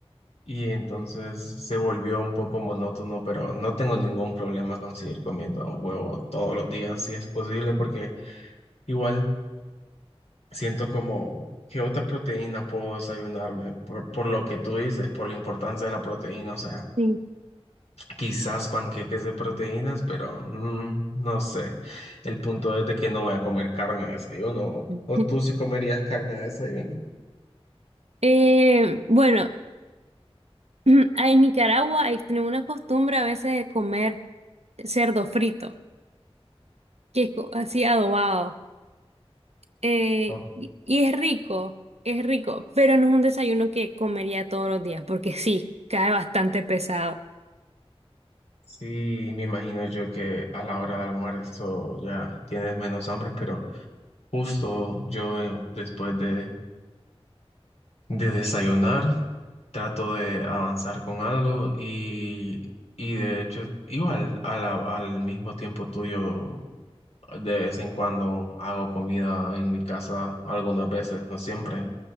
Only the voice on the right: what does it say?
Sí.
<laughs>
Eh, bueno, <clears throat> en Nicaragua hay tenemos una costumbre a veces de comer cerdo frito, que es co- así adobado. Eh,
y, y es rico, es rico, pero no es un desayuno que comería todos los días, porque sí, cae bastante pesado.